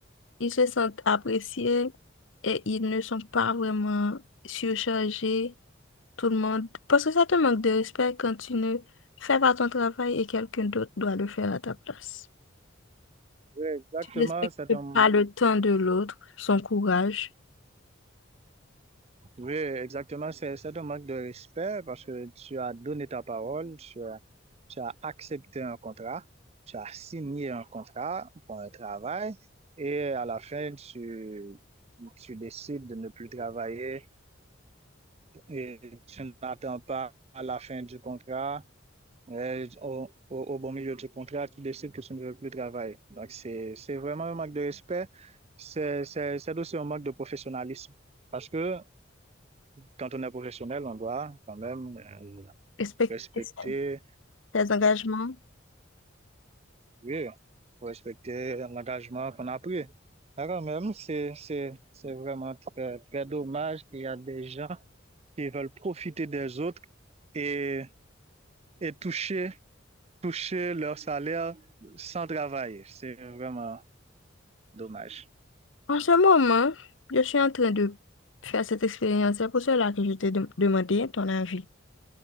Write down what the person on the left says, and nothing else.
ils se sentent appréciés et ils ne sont pas vraiment surchargés, tout le monde. Parce que ça te manque de respect quand tu ne fais pas ton travail et quelqu'un d'autre doit le faire à ta place.
Tu ne respectes
pas le temps de l'autre, son courage,
respecte
ses ses engagements.
En ce moment, je suis en train de faire cette expérience. C'est pour cela que je t'ai dem- demandé ton avis.